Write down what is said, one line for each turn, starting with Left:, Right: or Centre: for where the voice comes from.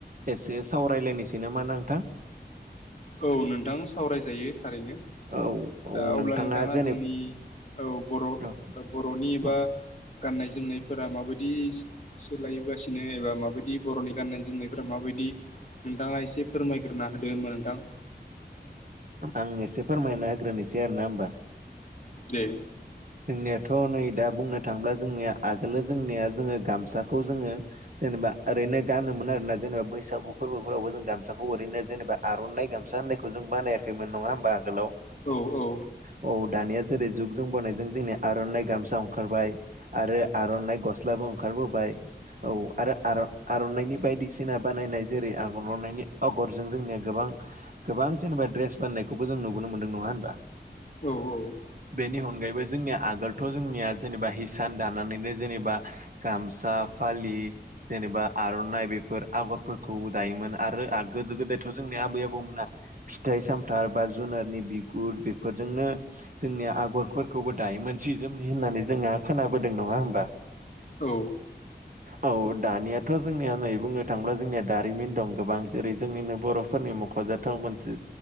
Right: एसे सावरायलायनोसै न मा ना नोंथां।
Left: औ नोंथां सावरायजायो थारैनो।
Right: औ औ
Left: दा अब्ला नोंथाङा
Right: जेने
Left: जोंनि औ बर'
Right: औ
Left: बर'नि एबा।
Right: औ
Left: गाननाय जोमनायफोरा माबायदि सोलायगासिनो एबा माबायदि बर'नि गाननाय जोमनायफोरा माबायदि। बि नोंथाङा एसे फोरमायग्रोना होदो नोंथां।
Right: आं एसे फोरमायना होग्रोनोसै आरोना होमबा।
Left: दे
Right: जोंनि। थ' नै दा बुंनो थाङोब्ला जोंनिया आगोलो जोंनिया जोङो गामसाखौ जोङो जेनेबा ओरै। गानोमोन आरोना जेनबा बैसागु फोरबोफोरावबो जों गामसाखौ ओरैनो जेनेबा आर'नाइ गामसा होननायखौ जों ब--। नायाखैमोन नङा होमबा आगोलाव।
Left: औ औ।
Right: औ दानिया जेरै जुग जों बनायजों जोंनि आर'नाइ गामसा ओंखारबाय आरो आर'नाइ गस्लाबो ओंखारबोबाय। औ आरो आर'नाइनि बायदिसिना बानायनाय जेरै आगरनायनि आगरजों जों। गोबां गोबां जेनेबा रेस बाननायखौबो जों नुुबोननो मोन्दों नङा हबा।
Left: औ औ।
Right: बेनि अनगायैबो जोंनिया आगोलथ' जोंनिया जेनेबा हिसान दानानैनो जेनेबा गामसा। फालि जेनेबा आर'नाइ बेफोर आगरफोरखौ दायोमोन आरो गोदो गोदायथ' जोंनि। आबै आबौमोन मोना फिथाइ सामथाइ बा जुनारनि बिगुर बेफोरजोंनो। जोंनि आगरफोरखौबो दायो मोनसे जोमनि होननानै जोंहा खोनाबोदों नङा होमबा।
Left: औ।
Right: औ दानियाथ' जोंनिया नै बुंनो थाङोब्ला जोंनिया दारिमिन दं गोबां जेरै जोंनिनो बर'। नि मख'जाथाव मोनसे